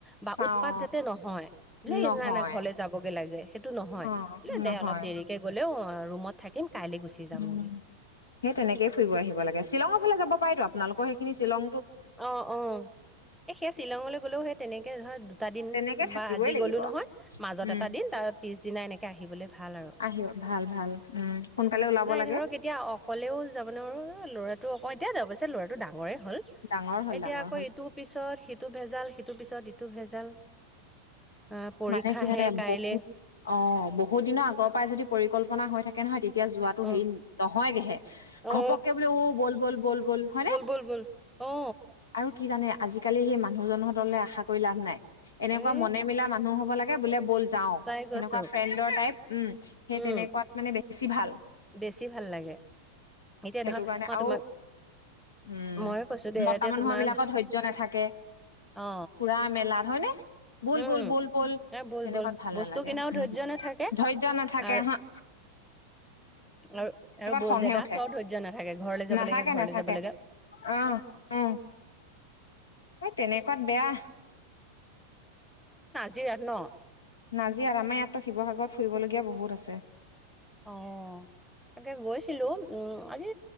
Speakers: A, in the centre; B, on the left (about 70°).
A: বা
B: চাওঁ
A: উৎপাত যাতে নহয়। বোলে
B: নহয়
A: নাই নাই ঘৰলে যাবগে লাগে সেইটো নহয়,
B: অ
A: বোলে দে
B: নহয়
A: অলপ দেৰিকে গ'লেও অহ ৰুমত থাকিম। কাইলে গুচি যামগে
B: উম সেই তেনেকেই ফুৰিব আহিব লাগে। শ্বিলঙৰ ফালে যাব পাৰতো আপোনালোকৰ সেইখিনি শ্বিলং
A: অহ অহ এ সেইয়া শ্বিলঙলৈ গলেও সেই তেনেকে ধৰা দুটা দিন
B: তেনেকে থাকিবই
A: বা আজি
B: লাগিব
A: গলো নহয় মাজত
B: উম
A: এটা দিন তাৰ পিছদিনা এনেকে আহিবলৈ ভাল আৰু।
B: আহিব ভাল ভাল উম সোনকালে ওলাব
A: নাই
B: লাগে
A: ধৰক এতিয়া অকলেও যাব নোৱাৰো ল'ৰাটো অক- অহ এতিয়া দে অৱশ্যে ল'ৰাটো ডাঙৰেই হ'ল
B: ডাঙৰ হ'ল
A: এতিয়া
B: ডাঙৰ
A: আকৌ
B: হ'ল
A: এইটো পিছত সিটো ভেজাল সিটো পিছত ইট- টো ভেজাল। আহ পৰীক্ষাহে
B: মানে কি জানে
A: কাইলে
B: বহুত অহ বহুত দিনৰ আগৰ পৰাই যদি পৰিকল্পনা হৈ থাকে নহয় তেত- তিয়া যোৱাটো
A: অ
B: হেৰি নহয়গেহে। ঘপককে
A: অ
B: বোলে ও বল - বল - বল - বল, হয়নে?
A: ব'ল ব'ল অ
B: আৰু কি জানে, আজিকালি সেই মানুহজনহতলে আশা কৰি লাভ নাই। এনেকুৱা
A: এ
B: মনে মিলা মানুহ হ'ব লাগে, বোলে ব'ল
A: সঁচাই
B: যাওঁ।
A: কৈছো
B: সেনেকুৱা ফ্ৰেণ্ডৰ টাইপ। উম, সেই
A: উম
B: তেনেকুৱাত মানে বে বেছি ভাল।
A: বেছি ভাল লাগে। এতিয়া
B: সেইটো
A: ধৰা
B: কাৰণে
A: মই
B: আৰু
A: তোমাক
B: উম,
A: মইয়ে কৈছো দে
B: মতা
A: এতিয়া
B: মানুহৰ
A: তোমাৰ
B: বিলাকো ধৈৰ্য্য নাথাকে।
A: অ
B: ফুৰা-মেলাত হয়নে? বোল
A: উম
B: বল - বল - বল
A: এ ব'ল
B: তেনেকুৱাত
A: ব'ল
B: ভাল
A: বস্তু
B: নালাগে,
A: কিনাও
B: উম।
A: ধৈৰ্য্য নাথাকে
B: ধৈয্য নাথাকে
A: আৰু
B: আহা
A: আৰু - আৰু বহু
B: খংহে
A: জেগা
B: উঠে
A: চোৱাও ধৈৰ্য্য নাথাকে। ঘৰলৈ যাব
B: নাথাকে
A: লাগে, ঘৰলে
B: নাথাকে
A: যাব লগে।
B: অ', উম। এ তেনেকুৱাত বেয়া।
A: জিৰাত ন'?
B: নাজিৰা আমাৰ ইয়াততো শিৱসাগৰত ফুৰিবলগীয়া বহুত আছে।
A: অ'। তাকে গৈছিলোঁ। উম, আজি